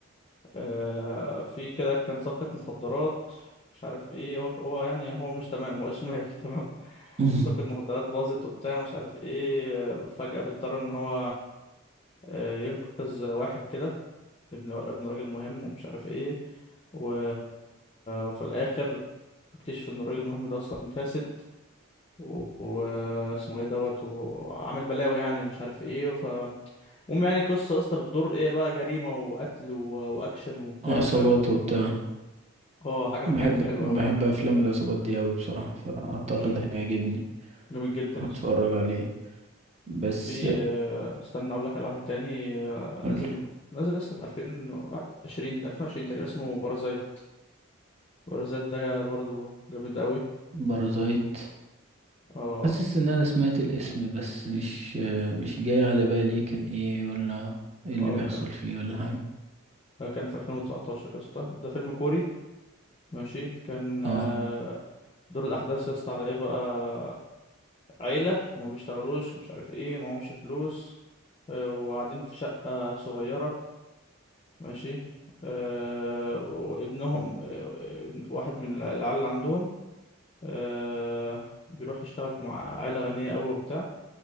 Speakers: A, on the left; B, on the right.
A: آه، في كده كانت صفقه مخدرات مش عارف ايه هو هو يعني هو مش تمام هو شمال <laughs> تمام
B: <laughs> مم.
A: صفقه مخدرات باظت وبتاع مش عارف ايه آه، فجاه بيضطر ان هو آه، ينقذ واحد كده ابن ابن راجل مهم ومش عارف ايه و... وفي الاخر بيكتشف ان الراجل المهم ده اصلا فاسد و- واسمه ايه دوت وعامل بلاوي يعني ومش عارف ايه ف المهم يعني قصة قصة بتدور ايه بقى جريمة وقتل و... واكشن وبتاع
B: عصابات
A: فاهم
B: وبتاع
A: اه حاجة
B: بحب
A: من الحاجات الحلوة
B: بحب
A: قوي يعني
B: افلام العصابات دي اوي بصراحه فاعتقد
A: امم
B: هيعجبني
A: جامد جدا
B: هتفرج
A: يا اسطى
B: عليه بس
A: في آه، استنى اقول لك على واحد تاني آه،
B: قول
A: نازل نازل لسه في 2020 2020 تقريبا اسمه بارازايت باراسات ده برضو جامد قوي
B: بارازايت
A: اه
B: حاسس ان انا سمعت الاسم بس مش مش جاي على بالي كان ايه ولا ايه اللي
A: هقول
B: بيحصل
A: لك
B: فيه ولا حاجه
A: ده كان في 2019 يا اسطى ده فيلم كوري ماشي كان
B: اه
A: آه، دور الاحداث يا اسطى على ايه بقى عيله ما بيشتغلوش ومش عارف ايه معهمش فلوس آه، وقاعدين في شقه صغيره ماشي آه، وابنهم آه، ابن- واحد من العيال اللي عندهم آه، بيروح يشتغل مع عيله غنيه قوي وبتاع